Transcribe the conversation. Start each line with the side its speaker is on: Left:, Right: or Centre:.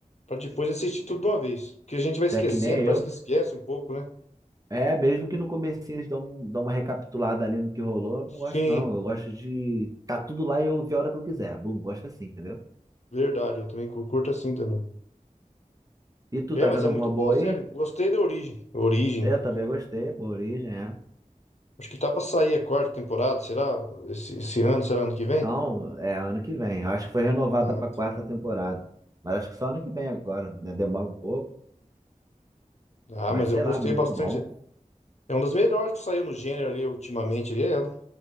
Left: para depois assistir tudo de uma vez. Porque a gente vai esquecendo,
Right: Até que nem
Left: parece
Right: eu.
Left: que esquece um pouco, né?
Right: É, mesmo que no comecinho eles dão, um- dão uma recapitulada ali no que rolou, eu
Left: Sim,
Right: não gosto, não. Eu gosto de. Tá tudo lá e eu ver a hora que eu quiser. Bum, gosto assim, entendeu?
Left: verdade, eu também cu- curto assim também.
Right: E tu,
Left: É,
Right: tá
Left: mas
Right: vendo
Left: é
Right: alguma
Left: muito
Right: boa
Left: boa a série.
Right: aí?
Left: Gostei da Origem. Origem.
Right: Eu também gostei, pô, Origem, é.
Left: Acho que tá pra sair a quarta temporada, será? Esse, esse ano, será ano que vem?
Right: Não, é ano que vem. Eu Acho que foi renovada
Left: Ah,
Right: pra quarta
Left: tá.
Right: temporada. Mas acho que só ano que vem agora, né? Demora um pouco.
Left: Ah,
Right: Mas
Left: mas
Right: sei
Left: eu gostei
Right: lá, muito
Left: bastante.
Right: bom.
Left: É uma das melhores que saiu no gênero ali ultimamente ali, é ela.